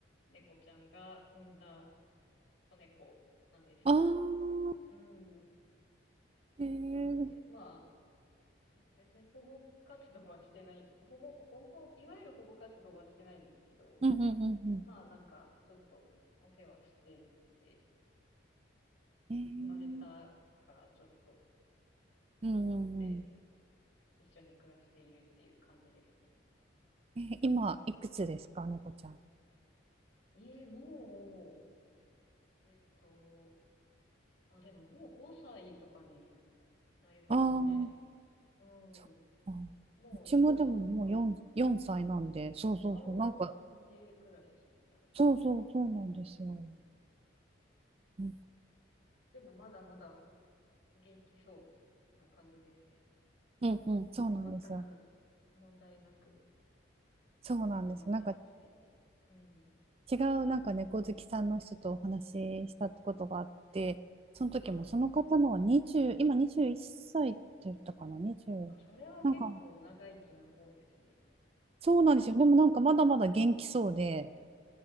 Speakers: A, on the left; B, on the right.
A: 猫ちゃんが産んだ子猫なんですけど、
B: あー、
A: うん。
B: ええ
A: なので、まあ、別に保護活動はしてない、保護、保護、いわゆる保護活動はしてないんですけど、
B: うんうんうん
A: まあなんか、ちょっとお世話してて、
B: うん。
A: 生まれたからちょっと、
B: ええうんうんうん。
A: とって一緒に暮らしているっていう感じですね。
B: えー今、いくつですか、猫ちゃん。
A: ええもう、えっと、あ、でももう5歳とかになりますね。
B: ああ、
A: うん。
B: そっか。
A: もうずっと、
B: うちもでももう4、4歳なんで、そうそうそう、
A: ああ、同じくらいですね、
B: なんか、
A: だいたい。
B: そうそうそうなんですよ。
A: うん
B: うん
A: でもまだまだ元気そうな感じですね。
B: うんうん、
A: うん。
B: そうなんですよ。
A: 全く問題なく
B: そうなんですよ。
A: 今まで来てて。
B: なんか
A: うん。
B: 違う、なんか猫好きさんの人とお話ししたことがあって、その時もその方のは20、
A: はい。
B: 今21歳っさいって言ったかな、20。
A: あ、それは結構長生きな方ですね。
B: なんか、そうなんですよ。でもなんかまだまだ元気そうで、